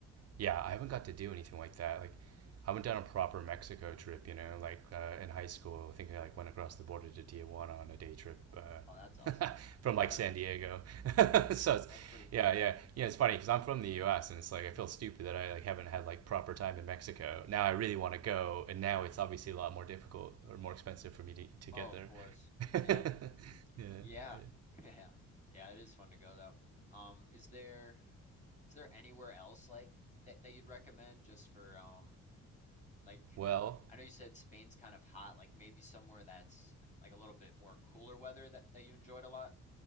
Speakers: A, on the right (about 40°); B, on the left (about 20°).
A: Yeah, I haven't got to do anything like that. Like, I haven't done a proper Mexico trip, you know, like uh, in high school. I think I like went across the border to Tijuana on a day trip uh,
B: Oh, that's awesome.
A: <laughs> from
B: <laughs>
A: like San Diego. <laughs> so, it's,
B: That's pretty cool.
A: yeah, yeah, yeah. It's funny because I'm from the U.S. and it's like I feel stupid that I like haven't had like proper time in Mexico. Now I really want to go, and now it's obviously a lot more difficult or more expensive for me to, to
B: Oh,
A: get
B: of
A: there.
B: course.
A: <laughs>
B: Yep.
A: yeah,
B: Yeah.
A: yeah.
B: <laughs> Yeah. Yeah, it is fun to go though. Um is there Is there anywhere else like that, that you'd recommend just for um like
A: Well,
B: I know you said Spain's kind of hot, like maybe somewhere that's like a little bit more cooler weather that, that you enjoyed a lot?